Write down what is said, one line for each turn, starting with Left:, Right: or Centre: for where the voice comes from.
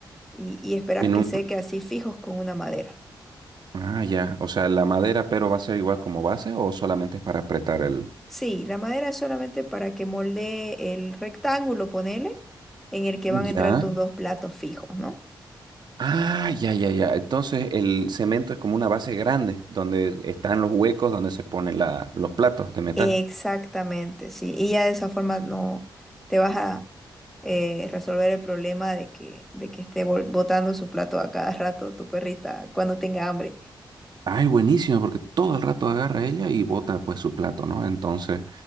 Centre: y, y esperás
Right: En
Centre: que
Right: un,
Centre: seque
Right: pr-
Centre: así fijos con una madera.
Right: ah, ya. O sea, la madera, pero va a ser igual como base o solamente es para apretar el.
Centre: Sí, la madera es solamente para que moldee el rectángulo, ponele, en el que
Right: Ya.
Centre: van a entrar tus dos platos fijos, ¿no?
Right: Ah, ya, ya, ya. Entonces el cemento es como una base grande donde están los huecos donde se ponen la, los platos de metal.
Centre: Exactamente, sí. Y ya de esa forma no te vas a eh, resolver el problema de que, de que esté bol- botando su plato a cada rato tu perrita cuando tenga hambre.
Right: Ay, buenísimo, porque todo el rato agarra ella y bota pues su plato, ¿no? Entonces,